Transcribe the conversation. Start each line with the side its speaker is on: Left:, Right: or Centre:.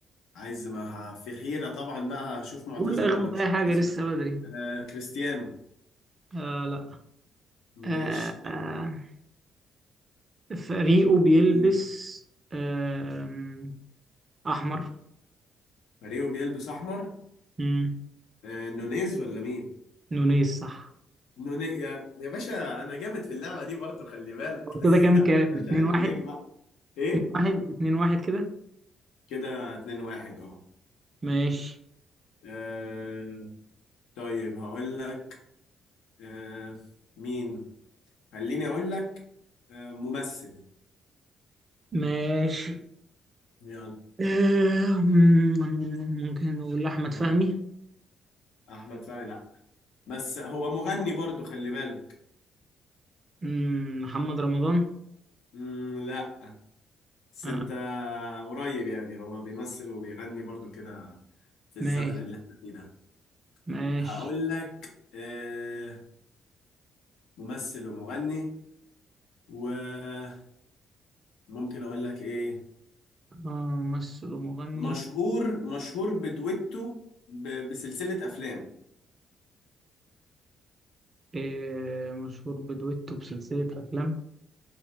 Left: عايز ما ه- في حيرة طبعا بقى هشوف معتزل
Right: قول اخبط
Left: ولا مش
Right: اي
Left: معتزل
Right: حاجة لسه بدري
Left: آه كريستيانو
Right: آه لا
Left: ماشي
Right: آه آه فريقه بيلبس
Left: مين؟
Right: آم، أحمر
Left: فريقه بيلبس أحمر
Right: مم.
Left: آه نونيز ولا مين
Right: نونيز صح
Left: نوني يا يا باشا أنا جامد في اللعبة دي برضو خلي بالك
Right: هو كده كام
Left: <laughs>
Right: كام
Left: باشا
Right: اتنين
Left: عيب
Right: واحد
Left: عليك بقى إيه
Right: اتنين واحد اتنين واحد كده
Left: كده 2 1 أه
Right: ماشي
Left: آه، طيب هقول لك آه مين خليني اقول لك آه ممثل
Right: ماشي
Left: يلا
Right: آم، ممكن نقول أحمد
Left: غلط.
Right: فهمي
Left: احمد فهمي لا بس هو مغني برضو خلي بالك
Right: مم، محمد رمضان
Left: مم لا بس
Right: آه،
Left: انت قريب يعني هو بيمثل وبيغني برضو كده في الزمن
Right: ماشي
Left: اللي احنا فيه ده
Right: ماشي
Left: هقول لك آه ممثل ومغني وممكن اقول لك ايه
Right: آه، ممثل ومغني
Left: مشهور مشهور بدويتو ب- بسلسلة افلام
Right: آه، مشهور بدويتو بسلسلة أفلام